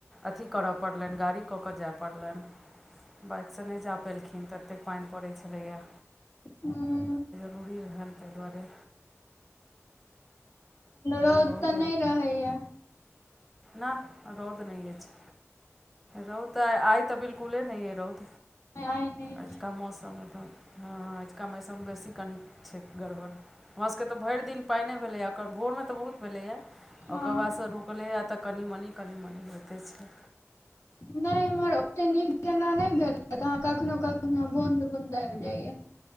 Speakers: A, in the centre; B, on the left.
A: अथी करे पड़लनि गाड़ी कऽ कऽ जाय पड़लनि बाइकसँ नहि जा पेलखिन तत्ते कऽ पानि पड़ै छलैएा
B: हू
A: रूड़ी रहन तऽ दआरे
B: रौद
A: बहुत
B: तऽ नहि रहैया
A: ना रौद नहि अछि छै, रौत आइ तऽ बिल्कुले नइ है रौत
B: आइ नहि
A: अुझ कऽ मौसममे तऽ हँ अजुका मौसम बेसी कनि छै गड़बड़ हमरा सभके तऽ भरि दिन पाइने भेलैए ओकर भोरमे तऽ बहुत भेलैया
B: हँ
A: ओकर बादस रुकलैए तऽ कनि मनि कनि मनि होइते छै
B: नहि इम्हर ओते नीक जेना नहि भेल हे कखनो - कखनो बूॅंद बूॅंद आबि जाइये।